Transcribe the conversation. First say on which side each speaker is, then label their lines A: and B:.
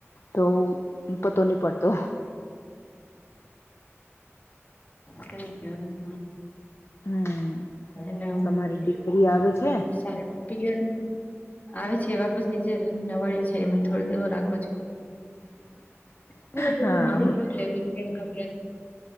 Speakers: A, on the left; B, on the left.
A: તો પતો નહી પડતો
B: કઈ કેવા જ
A: હમ
B: <unintelligible>
A: તમારી દીકરી આવે છે
B: આવે છે વાપસ નીચે નવાડે છે મને થોડોક દવો રાખો છો. પૂરા દનું
A: હા
B: મારું પટ લવ્યું છે ગબરા